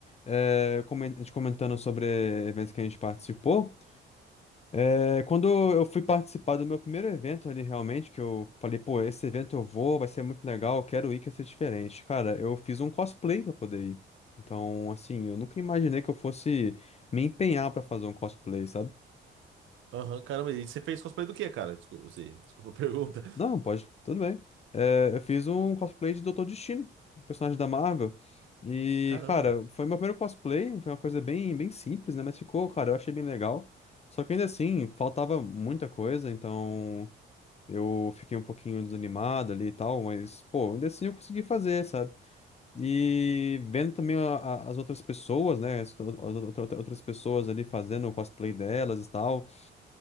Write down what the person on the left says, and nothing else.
é, comen- a gente comentando sobre eventos que a gente participou. É, quando eu fui participar do meu primeiro evento ali, realmente, que eu falei, pô, esse evento eu vou, vai ser muito legal, eu quero ir, quero ser diferente. Cara, eu fiz um cosplay pra poder ir. Então, assim, eu nunca imaginei que eu fosse me empenhar pra fazer um cosplay, sabe?
Não, pode, tudo bem. É, eu fiz um cosplay de Doutor Destino, um personagem da Marvel. E,
cara, foi meu primeiro cosplay, foi uma coisa bem, bem simples, né? Mas ficou, cara, eu achei bem legal. Só que ainda assim, faltava muita coisa, então. Eu fiquei um pouquinho desanimado ali e tal, mas, pô, ainda assim eu consegui fazer, sabe? E vendo também a- a- as outras pessoas, né? As ou- outra- outras pessoas ali fazendo o cosplay delas e tal.